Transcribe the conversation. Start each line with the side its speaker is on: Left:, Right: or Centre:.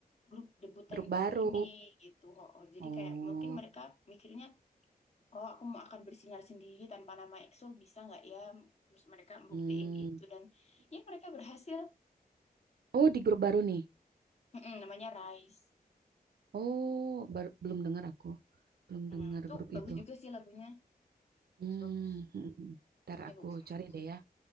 Left: grup debutan
Right: Grup
Left: baru
Right: baru.
Left: ini gitu. Oh, jadi
Right: Oh,
Left: kayak mungkin mereka mikirnya oh aku mau akan bersinar sendiri tanpa nama EXO bisa nggak ya? Terus mereka buktiin
Right: Mm.
Left: itu dan ya mereka berhasil.
Right: Oh di grup baru nih.
Left: Mm-mm, namanya Rise.
Right: Oh, baru, belum dengar aku, belum
Left: Mm,
Right: dengar
Left: itu
Right: grup
Left: bagus
Right: itu.
Left: juga sih lagunya. Bagus-bagus.
Right: Hmm, <laughs> ntar
Left: Lagunya
Right: aku
Left: bagus. banget
Right: cari deh ya.